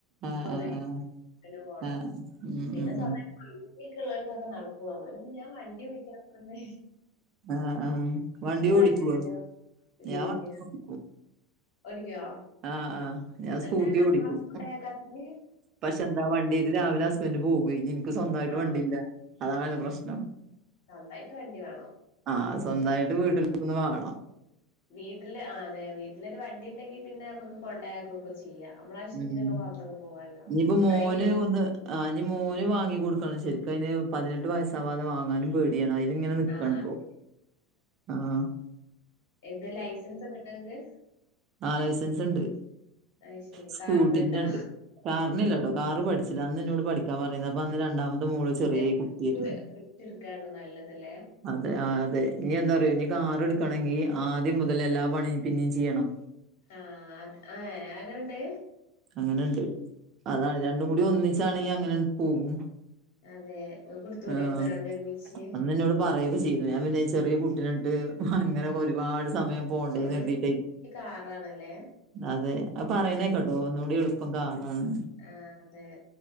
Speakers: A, on the right; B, on the left.
A: ആഹ്
B: ഇപ്പൊ
A: ആഹ് ആഹ്
B: <unintelligible>
A: ആഹ്
B: പോണം
A: ആഹ് ഉം
B: പിന്നെ
A: ഉം
B: <unintelligible>
A: ഉം
B: വണ്ടിക്കെ ള്ളോൽക്കൊക്കെ നടക്കും നമ്മള് പിന്നെ ഞാൻ വണ്ടി ഓടിക്കാത്തോണ്ട്
A: ആഹ് ആഹ് വണ്ടി
B: ഇങ്ങള്
A: ഓടിക്കൊ
B: ഓടിക്കോ ഇല്ല
A: ഞാൻ വണ്ടി
B: ഇല്ല
A: ഓടി
B: ഓടിക്കോ
A: ആഹ് ആഹ് ഞാൻ
B: എന്നിട്ടാണ്
A: സ്കൂട്ടി
B: അംഗൻവാടി
A: ഓടിക്കും
B: കൊണ്ടാക്കാത്തത്
A: പക്ഷെ എന്താ വണ്ടി ഇത് രാവിലെ ഹസ്ബന്റ് പോവേയ് ഇൻക്ക് സ്വന്തയിട്ട്
B: ആഹ്
A: വണ്ടി ഇല്ല അതാണ് ള്ള പ്രശ്നം
B: സ്വന്തായിട്ട് വണ്ടി വേണം
A: ആഹ് സ്വന്തായിട്ട് വീട്ടിൽ ന്ന് വാണം
B: വീട്ടില് അതെ വീട്ടിലരു വണ്ടി ണ്ടെങ്കി പിന്നെ നമുക്ക് കൊണ്ടയാക്കൊക്കെ ചെയ്യാ നമ്മളവശ്യത്തിനൊക്കെ
A: ഉം
B: പൊറത്തൊക്കെ പോവാല്ലോ
A: ഇനിയിപ്പോ മോന്
B: ഡ്രൈവി
A: ഒന്ന് ആഹ് ഇനി മോന് വാങ്ങിക്കൊടുക്കണം ശരിക്ക് അയ് ന് പതിനെട്ട് വയസാവാതെ വാങ്ങാനും പേടിയാണ് അയില് നിക്കാണ്
B: ആ
A: പോ
B: അതെ
A: ആഹ്
B: എന്ത് ലൈസൻസ് ഒക്കെണ്ട ങ്ങക്ക്
A: ആഹ് ലൈസൻസ്ണ്ട്
B: അത് ശരി
A: സ്കൂട്ടിന്റെണ്ട്
B: കാറിനുണ്ടാ
A: കാറിനില്ലട്ടോ കാറ് പഠിച്ചില്ല അന്ന് ന്നോട് പഠിക്കാൻ പറഞ്ഞീന്ന് അപ്പന്ന് രണ്ടാമത്തെ മോള് ചെറിയ
B: <unintelligible>
A: കുട്ടിയായിരുന്നു
B: ട്ക്കാണ് നല്ലത ല്ലേ
A: അതെ ആ അതെ നി എന്താ അറിയോ നീ കാറെടുക്കാണെങ്കി ആദ്യം മുതലേ എല്ലാ പണിയും പിന്നിയും ചെയ്യണം
B: ആഹ് അത് ആഹ് അങ്ങനുണ്ട്
A: അങ്ങനുണ്ട് അതാണ് രണ്ടും കൂടി ഒന്നിച്ചാണെങ്കി അങ്ങനങ്ങ് പോകും
B: അതെ ഇങ്ങക്ക് എടുത്തൂടായിരുന്നോ
A: ആഹ്
B: രണ്ടും ഒരുമിച്ച്
A: അന്നെന്നോട് പറയൊക്കെ ചെയ് ത് ഞാൻ പിന്നെ ഈ ചെറിയ കുട്ടീനൊണ്ട് അങ്ങനെയൊക്കെ ഒരുപാട് സ സമയം പോണ്ടേന്ന്
B: ഒന്നുകൂടി
A: എത്തീട്ടേ
B: സേഫ്റ്റി കാറാണല്ലേ
A: അതെ അ പറയണേക്കാട്ടോ ഒന്നൂടി എളുപ്പം കാറാണ്
B: ആഹ് അതെ